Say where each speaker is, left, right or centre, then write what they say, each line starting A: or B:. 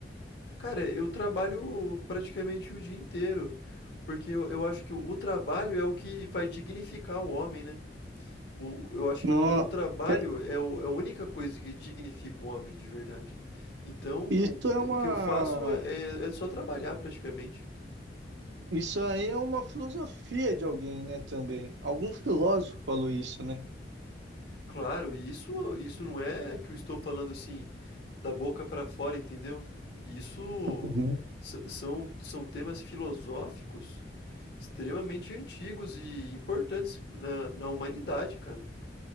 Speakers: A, on the left; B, on the right.
A: cara, eu trabalho praticamente o dia inteiro, porque eu eu acho que o o trabalho é o que vai dignificar o homem, né. O eu acho
B: Não,
A: que o o trabalho
B: bem,
A: é o é a única coisa que dignifica o homem de verdade. Então,
B: isso é uma,
A: o que eu faço é é só trabalhar praticamente.
B: isso aí é uma filosofia de alguém, né, também. Algum filósofo falou isso, né?
A: Claro, e isso isso não é que eu estou falando, assim, da boca para fora, entendeu? Isso
B: Uhum.
A: s são são temas filosóficos extremamente antigos e importantes na na humanidade, cara.